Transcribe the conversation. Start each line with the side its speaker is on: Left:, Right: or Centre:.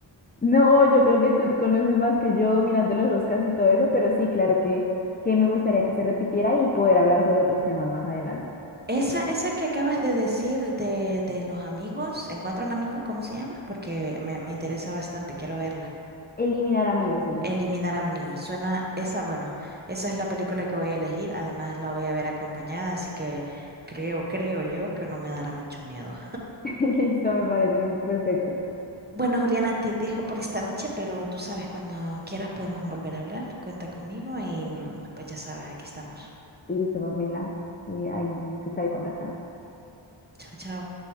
Left: No, yo creo que tú conoces más que yo mirando los Oscars y todo eso, pero sí, claro que, que me gustaría que se repitiera y poder hablar sobre otros temas más adelante.
Right: Esa, esa que acabas de decir de, de los amigos, ¿Encuentra un amigo? ¿Cómo se llama? Porque me, me interesa bastante, quiero verla.
Left: Eliminar amigos se llama.
Right: Eliminar a mi niño. Suena esa, bueno, esa es la película que voy a elegir. Además, la voy a ver acompañada, así que creo, creo yo que no me dará mucho miedo.
Left: <laughs> Listo, me parece perfecto.
Right: Bueno, Juliana, te dejo por esta noche, pero tú sabes, cuando quieras podemos volver a hablar. Cuenta conmigo y mm, pues ya sabes, aquí estamos.
Left: Listo, Pamela. Eh, ahí te estaré contactando.
Right: Chao, chao.